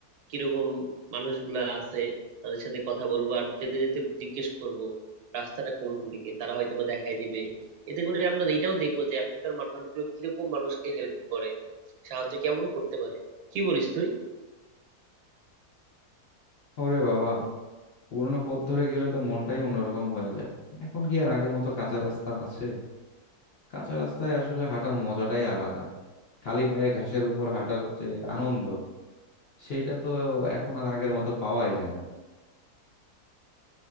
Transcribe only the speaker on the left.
ওরে বাবা পুরোনো পথ ধরে গেলে তো মনটাই অন্যরকম হয়ে যায় এখন কি আর আগের মতো কাঁচা রাস্তা আছে কাঁচা রাস্তায় আসলে হাঁটার মজাটাই আলাদা খালি পায়ে ঘাসের উপর হাঁটার যে আনন্দ সেইটা তো এখন আর আগের মতো পাওয়াই যায় না